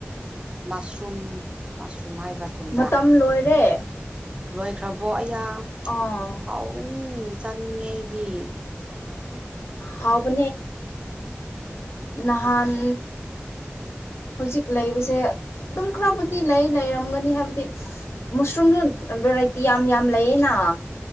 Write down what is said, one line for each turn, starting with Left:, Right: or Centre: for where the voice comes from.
Right: ꯃꯁꯔꯨꯝꯁꯔꯨꯝ ꯁꯨꯝꯍꯥꯏꯕ꯭ꯔ ꯆꯨꯝꯕ꯭ꯔꯥ
Left: ꯃꯇꯝ ꯂꯣꯏꯔꯦ
Right: ꯂꯣꯏꯈ꯭ꯔꯕꯣ ꯑꯩꯌꯥ
Left: ꯑꯥ
Right: ꯍꯥꯎꯒꯅꯤ ꯆꯥꯅꯤꯡꯉꯦ ꯑꯩꯗꯤ
Left: ꯍꯥꯎꯕ ꯅꯍꯥꯟ ꯍꯧꯖꯤꯛ ꯂꯩꯕꯁꯦ ꯑꯗꯨꯝ ꯈꯔꯕꯨꯗꯤ ꯂꯩ ꯂꯩꯔꯝꯒꯅꯤ ꯍꯥꯏꯕꯗꯤ ꯃꯨꯁꯔꯨꯝꯁꯨ ꯚꯦꯔꯥꯏꯇꯤ ꯌꯥꯝ ꯌꯥꯝ ꯂꯩꯌꯦꯅ